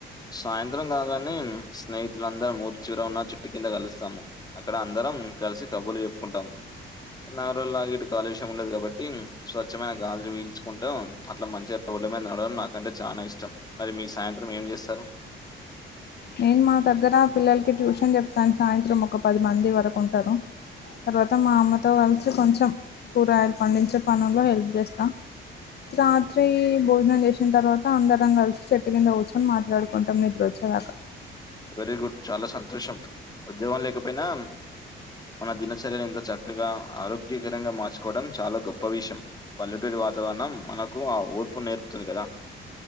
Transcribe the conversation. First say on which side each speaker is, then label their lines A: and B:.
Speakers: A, on the left (about 20°); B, on the left (about 55°).
A: సాయంత్రం కాగానే స్నేహితులందరు ఊరి చివర ఉన్న చెట్టు కింద కలుస్తాము అక్కడ అందరు కలిసి కబుర్లు చెప్పుకుంటాం నాలురోజులాగా ఇటు కాలుష్యయం ఉండదు కాబట్టి స్వచ్ఛమైన గాలి వీల్చుకుంటాం అట్లా మంచిగా మీద నడవడం నాకంటే చానా ఇష్టం మరి మీ సాయంత్రం ఏం చేస్తారు
B: నేను మా దగ్గర పిల్లలకి ట్యూషన్ చెప్తాను సాయంత్రం ఒక పది మంది వరకు ఉంటారు తర్వాత మా అమ్మతో కలిసి కొంచెం కూరగాయలు పండించే పనుల్లో హెల్ప్ చేస్తా రాత్రి భోజనం చేసిన తర్వాత అందరం కలిసి చెట్టు కింద కూచొని మాట్లాడుకుంటాం నిద్ర వచ్చేదాక
A: వెరీ గుడ్ చాలా సంతోషం ఉద్యోగం లేకపోయినా మన దినచర్యను ఇంత చక్కగా ఆరోగ్యకరంగా మార్చుకోవడం చాలా గొప్ప విషయం పల్లెటూ వాతావరణం మనకు ఆ ఓర్పు నేర్పుతుంది కదా